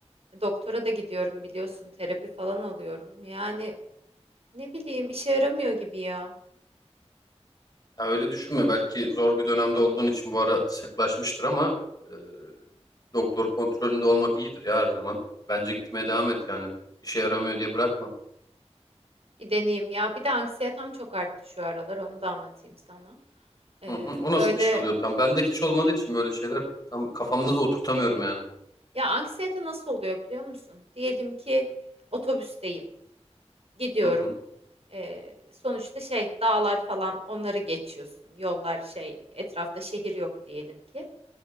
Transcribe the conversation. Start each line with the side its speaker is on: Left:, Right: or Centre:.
Right: doktora da gidiyorum biliyorsun. Terapi falan alıyorum. Yani ne bileyim işe yaramıyor gibi ya.
Left: Ha, öyle düşünme. Belki zor bir dönemde olduğun için bu ara sıklaşmıştır ama e, doktor kontrolünde olmak iyidir ya her zaman. Bence gitmeye devam et yani. İşe yaramıyor diye bırakma.
Right: Bir deneyeyim ya. Bir de anksiyetem çok arttı şu aralar. Onu da anlatayım sana. Ee,
Left: Hı hı. O nasıl
Right: böyle
Left: bir şey oluyor tam? Bende hiç olmadığı için böyle şeyler tam kafamda da oturtamıyorum yani.
Right: ya anksiyete nasıl oluyor biliyor musun? Diyelim ki otobüsteyim. Gidiyorum.
Left: Hı hı.
Right: Ee, sonuçta şey dağlar falan onları geçiyorsun. Yollar şey etrafta şehir yok diyelim ki.